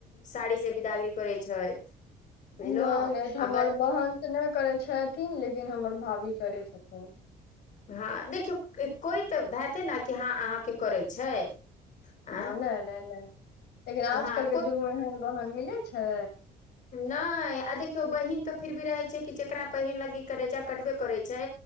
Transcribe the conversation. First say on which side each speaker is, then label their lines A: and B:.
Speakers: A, on the left (about 45°); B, on the left (about 70°).
A: साड़ी से बिदागरी करै छै। बुझलौ
B: नै
A: आ
B: नै त हमर
A: ब
B: बहन के नै करै छथिन लेकिन हमर भाभी करै छथिन।
A: हां, देखियौ कोइ त हेतै ने कि हां अहांके करै छै। आँ
B: हां, नै नै नै, लेकिन आजकल
A: हँ
B: के युग मे एहन बहन मिल नै छै।
A: नै आ देखियौ बहिन त फिर भी रहै छै कि जकरा पहिल लगी करै छै आ कटबे करै छै